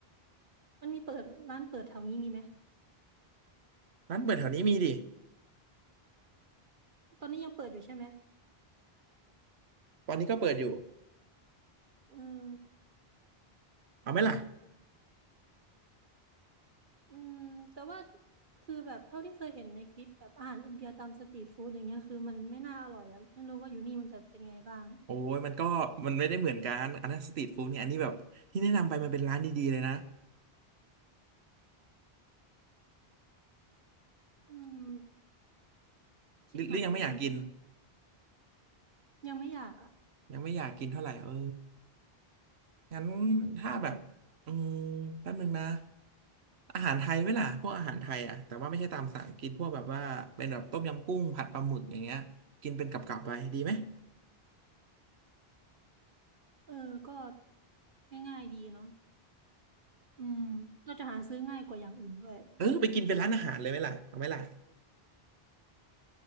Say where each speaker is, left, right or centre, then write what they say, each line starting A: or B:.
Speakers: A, on the right; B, on the right.
A: มันมีเปิดร้านเปิดแถวนี้มีไหม
B: ร้านเปิดแถวนี้มีดิ
A: ตอนนี้ยังเปิดอยู่ใช่ไหม
B: ตอนนี้ก็เปิดอยู่
A: เออ
B: เอาไหมล่ะ
A: อืมแต่ว่าคือแบบเท่าที่เคยเห็นในคลิปแบบอาหารอินเดียตามสตรีทฟู้ดอย่างเงี้ยคือมันไม่น่าอร่อยอ่ะไม่รู้ว่าอยู่นี่มันจะเป็นไงบ้าง
B: โอ้ยมันก็มันไม่ได้เหมือนกันอันนั้นสตรีทฟู้ดเนี่ยอันนี้แบบที่แนะนำไปมันเป็นร้านดีๆเลยนะ
A: อืมคิดหนักเลยแฮะ
B: หรือหรือยังไม่อยากกิน
A: ยังไม่อยากอ่ะ
B: ยังไม่อยากกินเท่าไหร่เอองั้นถ้าแบบอืมแป๊บนึงนะอาหารไทยไหมล่ะพวกอาหารไทยอ่ะแต่ว่าไม่ใช่ตามสั่งกินพวกแบบว่าเป็นแบบต้มยำกุ้งผัดปลาหมึกอย่างเงี้ยกินเป็นกับๆไปดีไหม
A: เออก็ง่ายๆดีเนาะอืมเราจะหาซื้อง่ายกว่าอย่างอื่นด้วย
B: เออไปกินเป็นร้านอาหารเลยไหมล่ะเอาไหมล่ะ